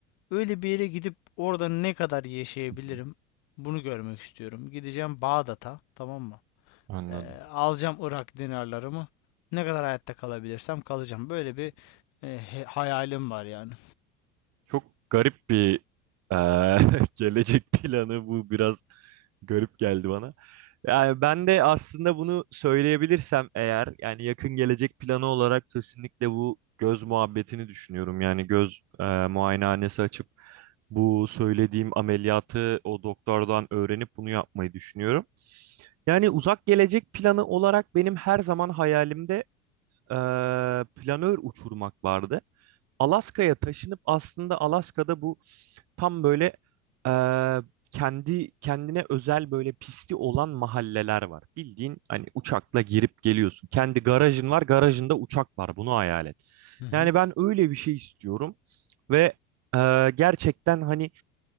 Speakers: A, on the left; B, on the right.
A: Öyle bir yere gidip orada ne kadar yaşayabilirim?
B: Hı hı.
A: Bunu görmek istiyorum. Gideceğim Bağdat'a, tamam mı?
B: Anladım.
A: Ee, alacağım Irak dinarlarımı. Ne kadar hayatta kalabilirsem kalacağım. Böyle bir e, he- hayalim var yani.
B: Çok garip bir e, <laughs> gelecek planı bu biraz garip geldi bana. Yani ben de aslında bunu söyleyebilirsem eğer yani yakın gelecek planı olarak kesinlikle bu göz muhabbetini düşünüyorum. Yani göz e, muayenehanesi açıp bu söylediğim ameliyatı o doktordan öğrenip bunu yapmayı düşünüyorum. Yani uzak gelecek planı olarak benim her zaman hayalimde e, planör uçurmak vardı. Alaska'ya taşınıp aslında Alaska'da bu tam böyle e, kendi kendine özel böyle pisti olan mahalleler var. Bildiğin hani uçakla girip geliyorsun. Kendi garajın var, garajında uçak var. Bunu hayal et.
A: Hı hı.
B: Yani ben öyle bir şey istiyorum ve e, gerçekten hani